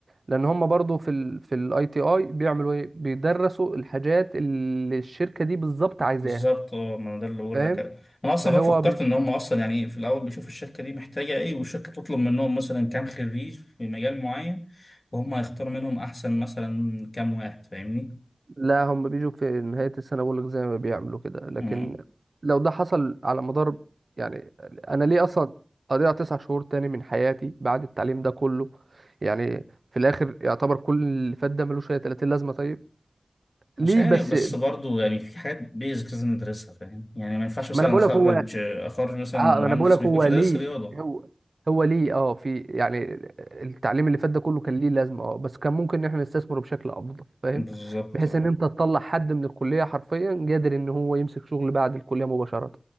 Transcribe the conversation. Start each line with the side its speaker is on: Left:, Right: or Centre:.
Right: لان هم برضو في ال في الاي تي اي بيعملوا ايه بيدرسوا الحاجات اللي الشركه دي بالظبط عايزاها
Left: بالظبط اه ما ده اللي بقول
Right: فاهم
Left: لك انا اصلا
Right: فهو
Left: بقى فكرت ان هم اصلا يعني إيه، في الاول بيشوفوا الشركه دي محتاجه ايه والشركه تطلب منهم مثلا كام خريج في مجال معين وهم هيختاروا منهم احسن مثلا كام واحد فاهمني
Right: لا هم بيجوا في نهاية السنة بقول لك زي ما بيعملوا كده لكن
Left: مم.
Right: لو ده حصل على مدار يعني أنا ليه أصلا أضيع تسع شهور تاني من حياتي بعد التعليم ده كله يعني في الآخر يعتبر كل اللي فات ده ملوش أي 30 لازمة طيب ليه
Left: مش عارف
Right: بس
Left: بس برضو يعني في حاجات بيزكس لازم ندرسها فاهم يعني ما ينفعش مثلا
Right: ما أنا بقول
Left: اخرج
Right: لك هو
Left: اخرج مثلا
Right: اه
Left: مهندس
Right: انا بقول لك هو
Left: ما يكونش
Right: ليه
Left: دارس رياضه
Right: هو هو ليه اه في يعني التعليم اللي فات ده كله كان ليه لازمه اه بس كان ممكن ان احنا نستثمره بشكل افضل فاهم
Left: بالظبط
Right: بحيث
Left: اه
Right: ان انت تطلع حد من الكليه حرفيا قادر ان هو يمسك شغل بعد الكليه مباشره